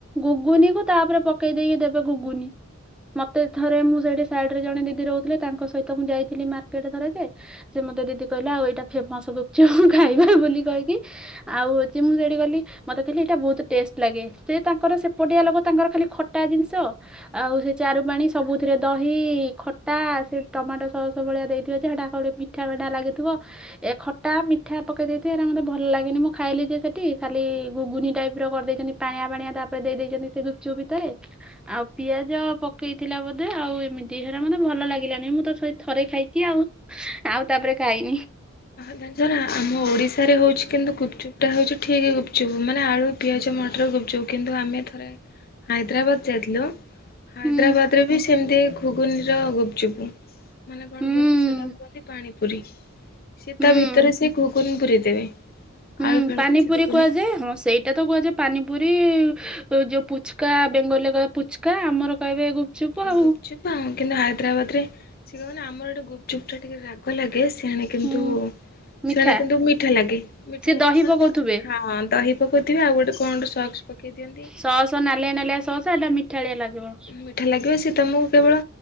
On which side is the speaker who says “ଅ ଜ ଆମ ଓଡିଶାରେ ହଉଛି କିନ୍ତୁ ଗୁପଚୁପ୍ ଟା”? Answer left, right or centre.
Left